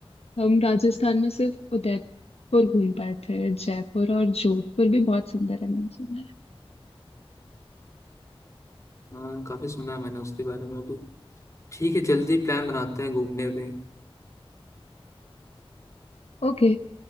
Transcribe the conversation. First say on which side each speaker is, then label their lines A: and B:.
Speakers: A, on the left (about 85°); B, on the left (about 30°).
A: हम राजस्थान में सिर्फ उदयपुर घूम पाए थे जयपुर और जोधपुर भी बहुत सुंदर है मैंने सुना है
B: हाँ काफी सुना है मैंने उसके बारे में भी ठीक है जल्दी प्लान बनाते हैं घूमने का कहीं
A: ओके